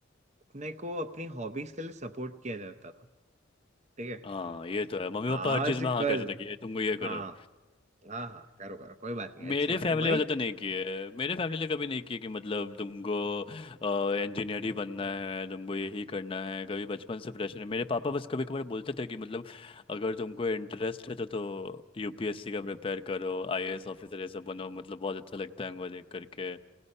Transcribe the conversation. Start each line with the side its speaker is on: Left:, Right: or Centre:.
Right: अपने को अपनी हॉबीज के लिए सपोर्ट किया जाता था ठीक है
Left: हाँ ये तो है मम्मी पापा
Right: आजकल
Left: हर चीज़ में हाँ करते थे कि ये तुमको ये करो
Right: हाँ हाँ हाँ करो करो कोई बात नहीं
Left: मेरे
Right: अच्छी बात
Left: फैमिली
Right: है भाई
Left: वाले तो नहीं किए मेरे फैमिली ने कभी नहीं किए कि मतलब तुमको इंजीनियर ही बनना है तुमको यही करना है कभी बचपन से प्रेशर है मेरे पापा बस कभी कभार बोलते थे कि मतलब अगर तुमको इंटरेस्ट है तो तो यूपीएससी का प्रिपेयर करो आईएएस ऑफिसर ये सब बनो मतलब बहुत अच्छा लगता है उनको देख करके